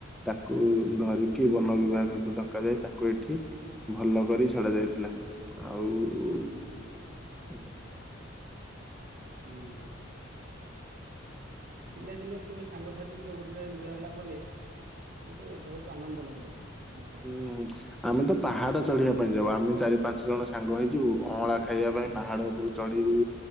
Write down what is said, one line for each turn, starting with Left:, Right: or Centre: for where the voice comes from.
Centre: ତାକୁ ଧରିକି ବନ ବିଭାଗକୁ ଡକା ଯାଇ, ତାକୁ ଏଠି ଭଲ କରି ଛଡା ଯାଇଥିଲା। ଆଉ
Right: ହୁଁ।
Centre: <inaudible>
Right: ଉଁ, ହୁଁ। ପିଲାଦିନ ସବୁ ସାଙ୍ଗସାଥି ସବୁ ଗୋଟେ ଯାଗାରେ ମେଳ ହେଲା ପରେ ଗୋଟେ ବହୁତ ଆନନ୍ଦ ଲାଗେ ଗୋଟେ। ଜିନିଷର।
Centre: ହୁଁ, ଆମେ ତ ପାହାଡ ଚଢିବା ପାଇଁ ଯାଉ। ଆମେ ଚାରି ପାଞ୍ଚ ଜଣ ସାଙ୍ଗ ହେଇଯିବୁ, ଅଁଳା ଖା ଖାଇବା ପାଇଁ
Right: ହୁଁ
Centre: ପାହାଡ ଉପରୁ ଚଢିବୁ